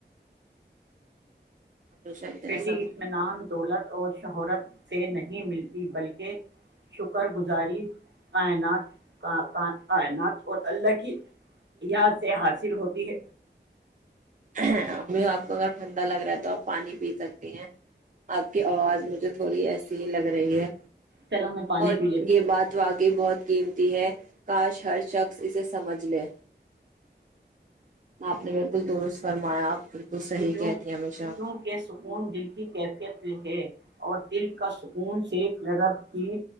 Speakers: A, on the right; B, on the right.
A: ہمیشہ اتنا
B: بیٹی
A: سب
B: اطمینان دولت اور شہرت سے نہیں ملتی بلکہ شکر گزاری آ ن کا کا کائنات اور اللہ کی اں سے حاصل ہوتی ہے
A: امی آپ کو اگر ٹھنندا لگ رہا ہے تو آپ پانی پی سکتی ہیں آپ کی آواز مجھے تھوڑی ایسی ہی لگ رہی ہے
B: چلو میں پانی
A: اور
B: پی لیتی
A: یہ بات واقی بہت قیمتی ہے کاش ہر شخص اسے سمجھ لے آپ نے بالکل درست فرمایا آپ بالکل صحیح
B: کیونکہ
A: کہتی ہیں ہمیشہ
B: سکون دل کی کیفیت ہے اور دل کا سکون شف لگا کہ